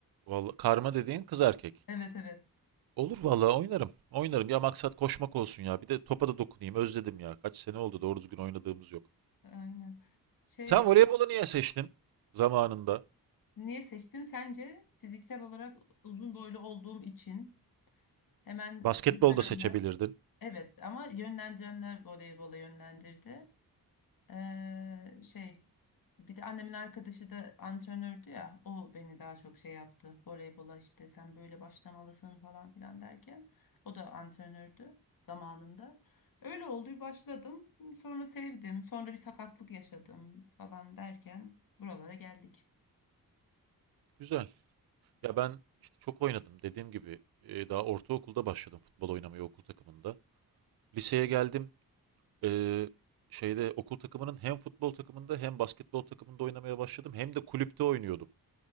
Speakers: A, on the right; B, on the left.
A: vallahi karma dediğin kız erkek.
B: <laughs> Evet evet
A: Olur vallahi oynarım. Oynarım. Ya maksat koşmak olsun ya. Bir de topa da dokunayım. Özledim ya. Kaç sene oldu doğru düzgün oynadığımız yok.
B: aynen şey
A: Sen voleybolu niye seçtin zamanında?
B: niye seçtim sence fiziksel olarak uzun boylu olduğum için hemen
A: Basketbol
B: görenler.
A: da seçebilirdin.
B: Evet ama yönlendirenler voleybola yönlendirdi. Ee, şey bir de annemin arkadaşı da antrenördü ya o beni daha çok şey yaptı voleybola işte sen böyle başlamalısın falan filan derken o da antrenördü zamanında. Öyle oldu bir başladım sonra sevdim sonra bir sakatlık yaşadım falan derken buralara geldik.
A: Güzel. Ya ben işte çok oynadım. Dediğim gibi e, daha ortaokulda başladım futbol oynamayı okul takımında. Liseye geldim. E, şeyde okul takımının hem futbol takımında hem basketbol takımında oynamaya başladım. Hem de kulüpte oynuyordum.